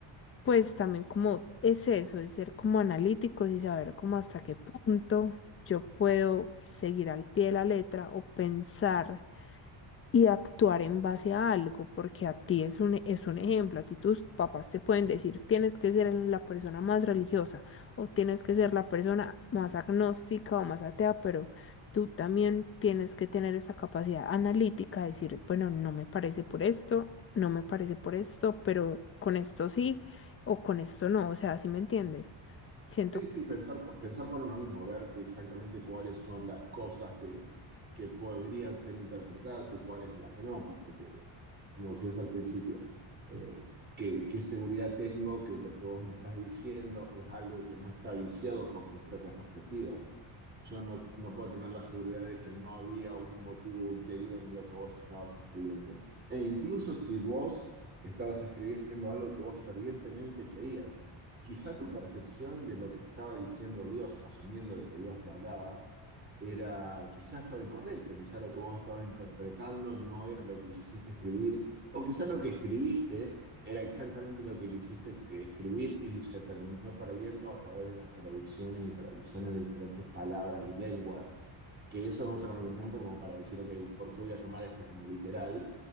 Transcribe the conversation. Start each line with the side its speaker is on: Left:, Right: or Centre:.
Left: pues también como es eso, de ser como analíticos y saber como hasta qué punto yo puedo seguir al pie de la letra o pensar y actuar en base a algo, porque a ti es un, es un ejemplo, a ti tus papás te pueden decir, tienes que ser la persona más religiosa o tienes que ser la persona más agnóstica o más atea, pero tú también tienes que tener esa capacidad analítica de decir, bueno, no me parece por esto, no me parece por esto, pero con esto sí o con esto no, o sea, si me entiendes? Siento,
Right: Sí, sí, pensar, pensar por uno mismo, ver que exactamente cuáles son las cosas que, que podrían ser interpretadas y cuál es la que no, porque, como decías al principio, eh, ¿qué, qué seguridad tengo que lo que vos me estás diciendo es algo que no está viciado por tus propias perspectivas? Yo no, no puedo tener la seguridad de que no había un motivo ulterior en lo que vos estabas escribiendo. E incluso si vos estabas escribiendo algo que vos fervientemente creías quizá tu percepción de lo que te estaba diciendo Dios, asumiendo de que Dios te hablaba, era, quizá estaba incorrecto, quizá lo que vos estabas interpretando no era lo que quisiste escribir, o quizá lo que escribiste era exactamente lo que quisiste que escribir y se terminó perdiendo a través de las traducciones y traducciones de diferentes palabras y lenguas, que eso es otro argumento como para decir, ok, ¿por qué voy a tomar esto como literal?